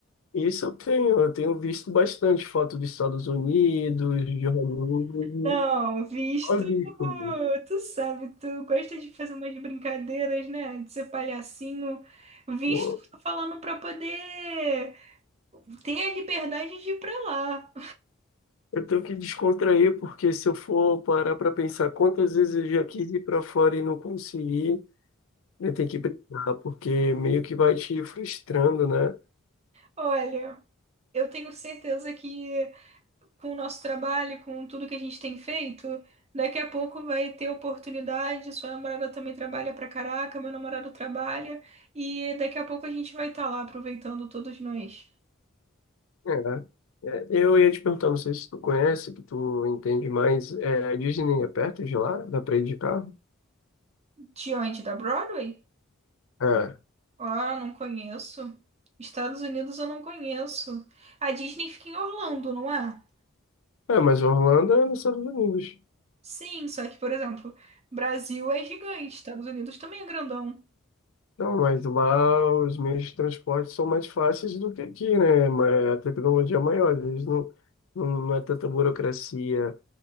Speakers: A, on the left (about 75°); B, on the right (about 30°).
A: Isso eu tenho, eu tenho visto bastante foto dos Estados Unidos, de Hollywood,
B: Não, visto,
A: só visto. mesmo.
B: tu sabe, tu gosta de fazer umas brincadeiras, né? De ser palhacinho. Visto,
A: Pô,
B: tô falando para poder ter a liberdade de ir para lá.
A: eu tenho que descontrair, porque se eu for parar para pensar quantas vezes eu já quis ir para fora e não consegui, né, tem que brincar, porque meio que vai te frustrando, né?
B: Olha. Eu tenho certeza que com o nosso trabalho, com tudo que a gente tem feito, daqui a pouco vai ter oportunidade. Sua namorada também trabalha pra caraca, meu namorado trabalha, e daqui a pouco a gente vai estar lá aproveitando todos nós.
A: É. É, é, Eu ia te perguntar, não sei se tu conhece, que tu entende mais, é, a Disney é perto de lá? Dá para ir de carro?
B: De onde? Da Broadway?
A: É.
B: Ah, não conheço. Estados Unidos eu não conheço. A Disney fica em Orlando, não é?
A: É, mas Orlando é nos Estados Unidos.
B: Sim, só que, por exemplo, Brasil é gigante, Estados Unidos também é grandão.
A: Não, mas lá os meios de transporte são mais fáceis do que aqui, né? Mas A tecnologia é maior, às vezes não, não, não é tanta burocracia